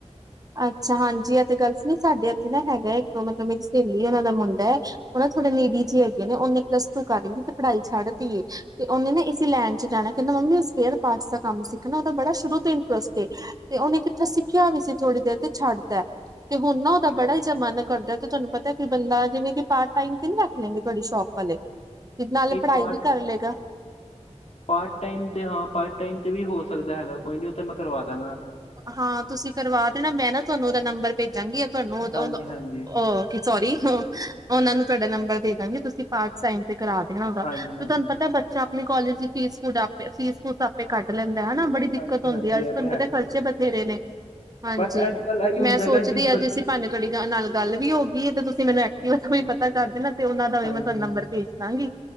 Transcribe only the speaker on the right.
ਅੱਛਾ ਹਾਂਜੀ ਆ ਤੇ ਗੱਲਸ,
ਨਈ ਸਾਡੇ ਇੱਥੇ ਨਾ ਹੈਗਾ ਐ, ਇੱਕ ਮਤਲਬ ਮੇਰੀ ਸਹੇਲੀ ਉਹਨਾ ਦਾ ਮੁੰਡਾ ਐ ਉਹ ਨਾ ਥੋੜੇ ਨੀਡੀ
ਜੇ ਹੈਗੇ ਨੇ, ਓਨੇ ਪਲੱਸ ਟੂ ਕਰ ਲਈ ਤੇ ਪੜਾਈ ਛੱਡ ਤੀ ਏ। ਤੇ ਉਹਨੇ
ਨਾ
ਇਸੀ ਲੈਣ ਚ ਜਾਣਾ, ਕਹਿੰਦਾ ਮੰਮੀ ਉਸ ਸਪੇਅਰ ਪਾਰਟਸ ਦਾ ਕੰਮ ਸਿੱਖਣਾ। ਉਹਦਾ ਬੜਾ ਸ਼ੁਰੂ ਤੋਂ ਇੰਟਰਸਟ ਏ, ਉਹਨੇ ਕਿੱਥੇ ਸਿੱਖਿਆ
ਵੀ ਸੀ। ਥੋੜ੍ਹੀ ਤੇ ਛੱਡਤੈ, ਹੁਣ ਨਾ
ਉਹਦਾ
ਬੜਾ ਜਿਹਾ ਮਨ ਕਰਦੈ ਤਾਨੂੰ ਪਤਾ ਐ ਕੋਈ ਬੰਦਾ, ਜਿਵੇਂ ਕਿ ਪਾਰਟ ਟਾਈਮ ਤੇ ਨੀ ਰੱਖ ਲੈਂਨ ਗੇ, ਤੁਹਾਡੀ ਸ਼ੋਪ ਵਾਲੇ। ਤੇ ਨਾਲੇ
ਪੜ੍ਹਾਈ
ਵੀ ਕਰ ਲੇਗਾ।
ਹਾਂ ਤੁਸੀਂ ਕਰਵਾ ਦੇਣਾ, ਮੈਂ ਨਾ ਤੁਹਾਨੂੰ ਉਹਦਾ ਨੰਬਰ ਭੇਜਾਂਗੀ। ਤੁਆਨੂੰ ਓਂਦਾ-ਓਂਦਾ,
ਓਅ ਕ ਸੋਰੀ। ਉਹਨਾਂ ਨੂੰ ਤੁਹਾਡਾ ਨੰਬਰ ਦੇ ਦਾਂਗੀ, ਤੁਸੀਂ ਪਾਰਟ ਟਾਈਮ ਤੇ ਕਰਾ ਦੇਣਾ ਉਹਦਾ।
ਤੇ ਤੁਹਾਨੂੰ ਪਤਾ ਏ ਬੱਚਾ ਆਪਣੇ ਕੋਲੇਜ ਦੀ ਫੀਸ ਫੂਡ ਆਪੇ, ਫੀਸ ਫੂਸ ਆਪੇ ਕੱਢ ਲੈਂਦਾ ਐ, ਹਨਾ। ਬੜੀ
ਦਿੱਕਤ ਹੁੰਦੀ
ਐ, ਅੱਜ
ਤੁਹਾਨੂੰ
ਪਤਾ ਐ ਤੇ ਬਥੇਰੇ ਨੇ ਹਾਂਜੀ।
ਮੈਂ ਸੋਚਦੀ
ਅੱਜ
ਈਸੀ ਭਾਨੇ ਥੋੜੀ ਗੱਲ ਨਾਲ ਗੱਲ
ਵੀ ਹੋ
ਗੀ ਏ ਤੇ ਤੁਸੀਂ ਮੈਨੂੰ
ਐਕਟਿਵਾ
ਪਤਾ ਕਰ ਦੇਨਾ, ਤੇ ਉਹਨਾ ਦਾ ਵੀ
ਮੈਂ ਤੁਆਨੂੰ
ਨੰਬਰ ਭੇਜ ਦਾਂਗੀ।